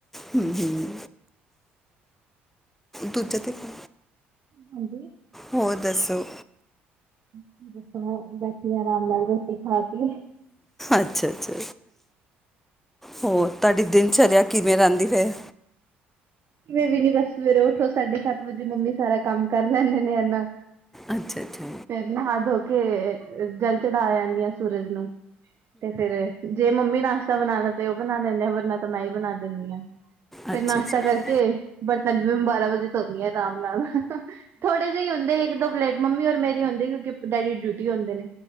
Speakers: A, in the centre; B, on the right.
A: ਹੂੰ, ਹੂੰ, ਦੂਜਾ ਦੇ ਤਾ
B: ਹਾਂਜੀ?
A: ਹੋੋਰ ਦੱਸੋ?
B: ਕੀ ਦੱਸੋ, ਹੋਰ ਬੈਠੀ ਆਂ ਆਰਾਮ ਨਾਲ ਰੋਟੀ ਖਾਕੇ।
A: ਅੱਛਾ-ਅੱਛਾ, ਹੋਰ, ਤੁਹਾਡੀ ਦਿਨਚਰਿਆ ਕਿਵੇਂ ਰਹਿੰਦੀ ਫੇਰ?
B: ਕਿਵੇਂ ਵੀ ਨੀ ਬਸ, ਸਵੇਰੇ ਉੱਠੋ ਸਾਢੇ-ਸੱਤ ਵਜੇ, ਮੰਮੀ ਸਾਰਾ ਕੰਮ ਕਰ ਲੈਂਨੇ ਨੇ ਇੰਨਾ।
A: ਅੱਛਾ-ਅੱਛਾ।
B: ਫਿਰ, ਨਹਾ, ਧੋਕੇ ਜਲ ਚੜਾ ਯਾਂਨੀ ਆਂ ਸੂਰਜ ਨੂੰ, ਤੇ ਫੇਰ ਜੇ ਮੰਮੀ ਨਾਸ਼ਤਾ ਬਣਾਣਾ ਤੇ ਉਹ ਬਣਾ ਲੈਂਦੇ ਆ, ਵਰਨਾ ਤਾਂ ਮੈਂ ਹੀ ਬਣਾ ਦਿੰਨੀ ਆਂ, ਫਿਰ
A: ਅੱਛਾ
B: ਨਾਸ਼ਤਾ
A: ਅੱਛਾ
B: ਕਰ ਕੇ ਬਰਤਨ ਵੀ ਮੈ ਬਾਰਾਂ-ਵਜੇ ਧੋਂਨੀ ਆ ਆਰਾਮ ਨਾਲ, ਥੋੜੇ ਜਿਹੇ ਹੁੰਦੇ ਇੱਕ-ਦੋ ਪਲੇਟ ਮੰਮੀ ਔਰ ਮੇਰੀ ਹੁੰਦੀ, ਕਿਉਂਕਿ ਡੈਡੀ ਡਿਊਟੀ ਹੁੰਦੇ ਨੇ।